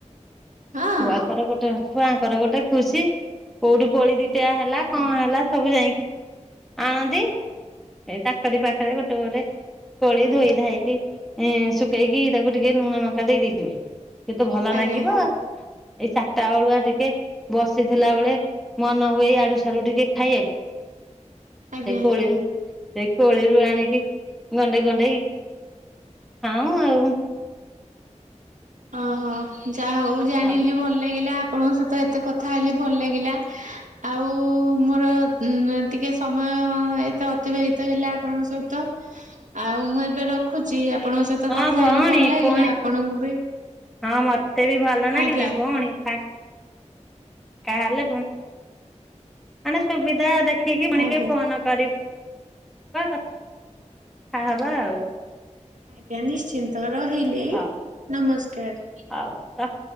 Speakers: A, on the right (about 85°); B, in the centre.
A: ହଁ
B: ଛୁଆ ସାରା ଗୋଟେ ଛୁଆଙ୍କର ଗୋଟେ ଖୁସି କୋଉଠି କୋଳି ଦିଟା ହେଲା କଣ ହେଲା ସବୁ ଯାଇକି ଆଣନ୍ତି ଏଇ ତାଙ୍କରି ପାଖରେ ଗୋଟେ ଗୋଟେ କୋଳି ଧୋଇ ଧୋଇକି ଶୁଖେଇକି ତାକୁ ଟିକେ ଲୁଣ ଲଙ୍କା ଦେଇେଇଥିବେ ତୁ ଭଲ ଲାଗିବ
A: ଆଜ୍ଞା
B: ଆଉ। ଏଇ ଚାରିଟା ବଳୁଆ ଟିକେ ବସିଥିଲା ବେଳେ ମନ ହୁଏ ଆଡୁ ସିଆଡୁ ଟିକେ ଖାଇବାକୁ।
A: <inaudible> ଆଜ୍ଞା।
B: ସେଇ କୋଳିରୁ ସେଇ କୋଳିରୁ ଆଣିକି ଗଣ୍ଡେଇ ଗୁଣ୍ଡେଇକି ଖାଉଁ ଆଉ।
A: ଓହୋ ଯା ହଉ ଜାଣିଲି
B: ଆଉ
A: ଭଲ ଲାଗିଲା। ଆପଣଙ୍କ ସହିତ ଏତେ କଥା ହେଲି ଭଲ ଲାଗିଲା। ଆଉ ମୋର ଉ ଟିକେ ସମୟ ଏତେ ଅତିବାହିତ ହେଲା ଆପଣଙ୍କ ସହିତ ଆଉ ମୁଁ ଏବେ ରଖୁଛି ଆପଣଙ୍କ ସହିତ
B: ହଁ
A: କଥା
B: ଭଉଣୀ
A: ହେଲି ଭଲ ଲାଗିଲା
B: ପୁଣି
A: ଆପଣଙ୍କୁ ବି
B: ହଁ ମତେ ବି ଭଲ ନାଗିଲା
A: ଆଜ୍ଞା
B: ଭଉଣୀ ତାହେଲେୁ ମାନେ ସୁବିଧା ଦେଖ ଦେଖିକି ପୁଣିକ
A: ଆଜ୍ଞା
B: ଫୋନ କର କଥା ହବା ଆଉ
A: ଆଜ୍ଞା ନିଶ୍ଚିନ୍ତ ରହିଲି
B: ହଉ
A: ନମସ୍କାର।
B: ହଉ ରଖ।